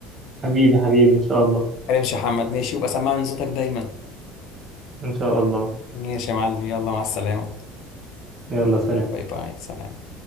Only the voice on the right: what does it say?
حبيبي حبيبي إن شاء الله
إن شاء الله
يلا سلام